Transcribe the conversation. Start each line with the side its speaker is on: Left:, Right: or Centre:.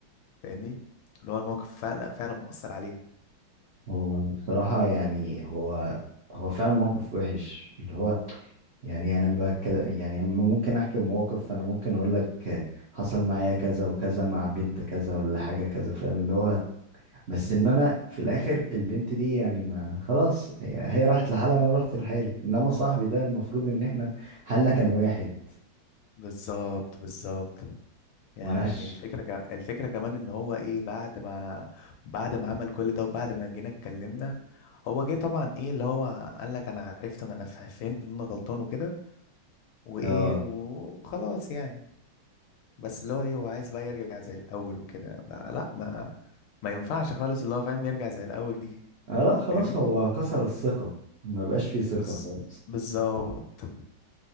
Left: فاهمني اللي هو الموقف فعلا فعلا مؤثر عليه
Right: هو بصراحة يعني هو هو فعلا موقف وحش اللي هو يعني انا لما بتكل- يعني اما ممكن احكي موقف فانا ممكن اقول لك حصل معايا كذا وكذا مع بنت كذا ولا حاجة كذا فاهم اللي هو بس ان انا في الاخر البنت دي يعني ما خلاص هي هي راحت لحالها وانا رحت لحالي انما صاحبي ده المفروض ان احنا حالنا كان واحد
Left: بالظبط بالظبط يعني
Right: فمالهاش
Left: الفكرة ك... الفكرة كمان ان هو ايه بعد ما بعد ما عمل كل ده وبعد ما جينا اتكلمنا هو جه طبعا ايه اللي هو قال لك انا عرفت ان انا ف- فهمت ان انا غلطان وكده وايه
Right: اه
Left: وخلاص يعني بس اللي هو ايه هو عايز بقى يرجع زي الاول وكده لا ما ما ينفعش خالص اللي هو فاهم يرجع زي الاول دي
Right: آه لا خلاص
Left: فاهمني
Right: هو كسر الثقة ما بقاش فيه ثقة
Left: بز...
Right: خالص
Left: بالظبط